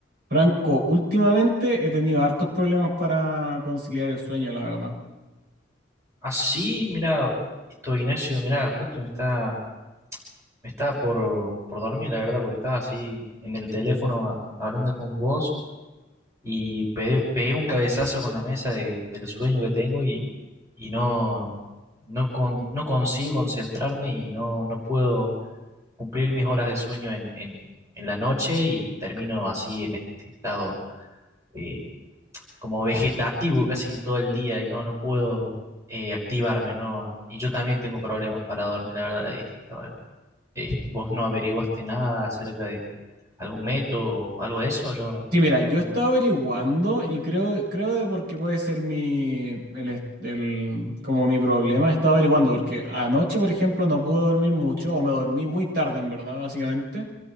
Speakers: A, on the right; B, on the right.
A: Franco, últimamente he tenido hartos problemas para conciliar el sueño, la verdad.
B: Ah, sí, mira, esto Ignacio, mira, justo me está, me estaba por, por dormir, la verdad, porque estaba así en el teléfono a- hablando con vos y pe- pegué, un cabezazo con la mesa de- del sueño que tengo y, y no, no, con- no consigo concentrarme y no, no puedo cumplir mis horas de sueño en, en- en la noche y termino así en este estado eh, como vegetativo casi todo el día y no, no puedo eh, activarme, ¿no? Y yo también tengo problemas para dormir, la verdad. Esta- eh, ¿vos no averiguaste nada acerca de algún método o algo de eso? Yo,
A: Sí, mira, yo
B: Mm,
A: he estado averiguando y creo, creo de por qué puede ser mi, el, est- el- como mi problema, he estado averiguando, porque anoche, por ejemplo, no pude dormir mucho o me dormí muy tarde, en verdad, básicamente,